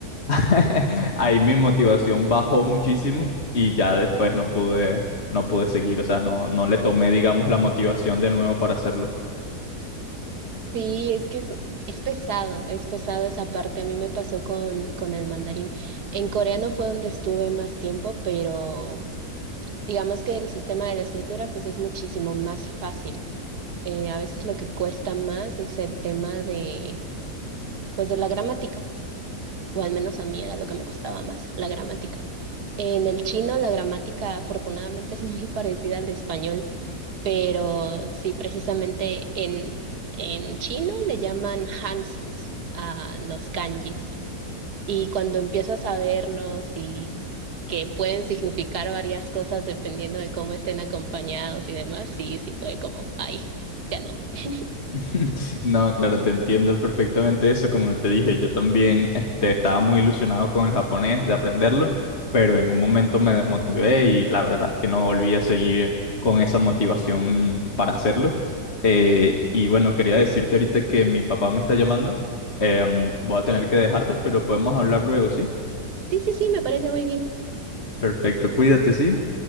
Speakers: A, on the left; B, on the right.
A: <laughs> ahí mi motivación bajó muchísimo y ya después no pude, no pude seguir, o sea, no, no le tomé, digamos, la motivación de nuevo para hacerlo.
B: Sí, es que es, es pesado, es pesado esa parte. A mí me pasó con, con el mandarín. En coreano fue donde estuve más tiempo, pero digamos que el sistema de la escritura pues es muchísimo más fácil. Eh, a veces lo que cuesta más es el tema de, pues de la gramática. o al menos a mí era lo que me costaba más, la gramática. En el chino la gramática afortunadamente es muy <laughs> parecida al español, pero sí, precisamente en, en chino le llaman hansus a los kanjis. Y cuando empiezas a verlos y que pueden significar varias cosas dependiendo de cómo estén acompañados y demás, sí, sí fue como, ay, ya no. <laughs>
A: <laughs> No, claro, te entiendo perfectamente eso. Como te dije, yo también este, estaba muy ilusionado con el japonés de aprenderlo, pero en un momento me desmotivé y la verdad es que no volví a seguir con esa motivación para hacerlo. Eh, y bueno, quería decirte ahorita que mi papá me está llamando. Em, voy a
B: Ok.
A: tener que dejarte, pero podemos hablar luego, ¿sí?
B: Sí, sí, sí, me parece muy bien.
A: Perfecto, cuídate, ¿sí?